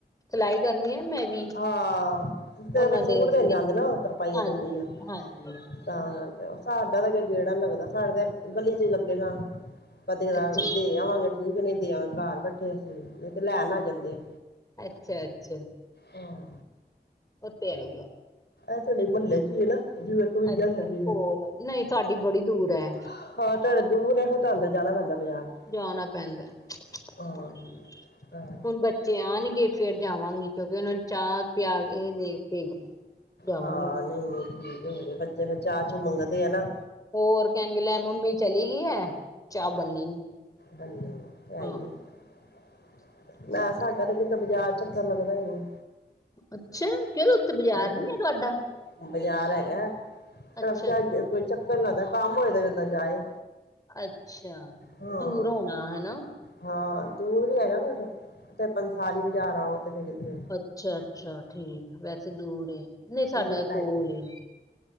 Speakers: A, on the left; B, on the left.
A: ਸਿਲਾਈ ਕਰਨੀ ਆ ਮੈਂ ਵੀ
B: ਹਾਂ
A: ਉਹਨਾਂ
B: ਫ
A: ਦੇ
B: ਸੂਟ
A: ਅੱਗੇ
B: ਦੇਣ ਜਾਂਦੇ ਨਾ ਤਰਪਾਈਆਂ
A: ਹਾਂਜੀ
B: ਤਰਪਈਆਂ।
A: ਹਾਂਜੀ
B: ਤਾਂ ਕਰਕੇ ਸਾਡਾ ਤਾਂ ਗੇੜਾ ਨੀ ਲੱਗਦਾ ਸਾਡੇ ਤੇ ਗਲੀ ਚ ਲੱਗੇਗਾ। ਪਦੇ
A: ਅੱਛਾ
B: ਦੇ ਆਵਾਂਗੇ ਠੀਕ ਨਹੀਂ ਦੇ ਆਵਾਂਗੇ ਘਰ ਬੈਠੇ ਅ ਨਹੀਂ ਤੇ ਲੈਣ ਆ ਜਾਂਦੇ ਆ।
A: ਅੱਛਾ ਅੱਛਾ,
B: ਹੂੰ,
A: ਉਹ ਤੇ ਹੈ ਹੀ ਆ
B: ਇਹ ਤੁਹਾਡੇ ਮਹੱਲੇ ਚ ਹੀ ਹੈ ਨਾ। ਜਿਵੇਂ ਕਮੀਜ਼ਾਂ
A: ਅੱਛਾ
B: ਮਿਲਦੀਆਂ
A: ਕੋਲ ਨਹੀਂ ਸਾਡੀ ਬੜੀ ਦੂਰ ਹੈ।
B: ਹਾਂ ਤੁਹਾਡੇ ਦੂਰ ਆ ਫ ਤਾਂ ਆਦਰ ਜਾਣਾ ਪੈਂਦਾ ਬਜ਼ਾਰ ਹੈ।
A: ਜਾਣਾ ਪੈਂਦਾ ਹਾਂਜੀ
B: ਤਾਂ
A: ਹੁਣ ਬੱਚੇ ਆਉਣਗੇ ਫੇਿਰ ਜਾਵਾਂਗੀ ਕਿਉਂਕਿ ਉਹਨਾਂ ਨੂੰ ਚਾਹ ਪਿਆ ਇਹ ਦੇ ਭੇਜਣਾ। ਜਾਵਾਂਗੀ
B: ਹਾਂ, ਨਹੀਂ ਠੀਕ ਹੈਗੇ ਬੱਚੇ ਫਿਰ ਚਾਹ ਚੂ ਮੰਗਦੇ ਆ ਨਾ।
A: ਹੋਰ ਕਹਿਣਗੇ ਲੈ ਮੰਮੀ ਚਲੀ ਗਈ ਐ ਚਾਹ ਬੰਨੀ।
B: ਬਣ ਗਈ
A: ਹਾਂ
B: <unintelligible> ਨਾ,
A: ਉੱਥੇ
B: ਸਾਡਾ ਤੇ ਕਿਤੇ ਬਾਜਾਰ ਚੱਕਰ ਲੱਗਦਾ ਈ ਨੀ।
A: ਅੱਛਾ, ਕਿਉਂ ਉੱਥੇ ਬਾਜ਼ਾਰ ਨੀ
B: ਹੈਗਾ
A: ਆ ਤੁਹਾਡਾ
B: ਬਾਜ਼ਾਰ ਹੈਗਾ ਸਾਡਾ
A: ਅੱਛਾ ਅੱਛਾ
B: ਕੋਈ ਚੱਕਰ ਨੀ ਲਗਦਾ ਕੰਮ ਹੋਏ ਤਾਂ ਬੰਦਾ ਜਾਏ।
A: ਅੱਛਾ
B: ਹਾਂ
A: ਦੂਰ ਹੋਣਾ ਹਨਾ।
B: ਹਾਂ, ਦੂਰ ਵੀ ਹੈਗਾ ਕੁ ਪੰਸਾਲੀ ਬਾਜ਼ਾਰ ਆਓ ਤੇ ਫਿਰ ਇਧਰ
A: ਅੱਛਾ ਅੱਛਾ, ਠੀਕ ਵੈਸੇ ਦੂਰ ਐ। ਨਹੀਂ, ਸਾਡਾ
B: ਦੂਰ ਪੈ
A: ਕੋਲ
B: ਜਾਂਦਾ
A: ਐ